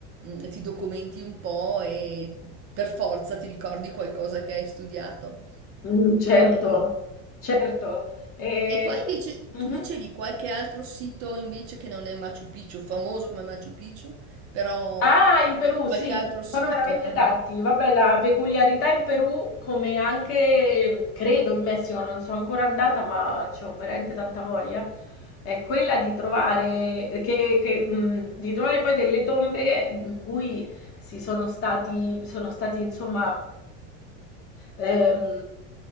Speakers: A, on the right (about 45°); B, on the left (about 40°).
A: mm, ti documenti un po' e per forza ti ricordi qualcosa che hai studiato.
B: Mm, certo,
A: Ehm,
B: certo. E-
A: e poi invece
B: mhm.
A: tu dicevi qualche altro sito invece che non è Machu Picchu, famoso come Machu Picchu, però
B: Ah, in Perù,
A: qualche
B: sì,
A: altro sito,
B: sono veramente
A: eh?
B: tanti. Vabbè, la peculiarità in Perù, come anche mm, credo in Messico, non sono ancora andata, ma ho veramente tanta voglia, è quella di trovare, eh, che- che, mh, di trovare poi delle tombe in cui si sono stati, sono stati, insomma, ehm,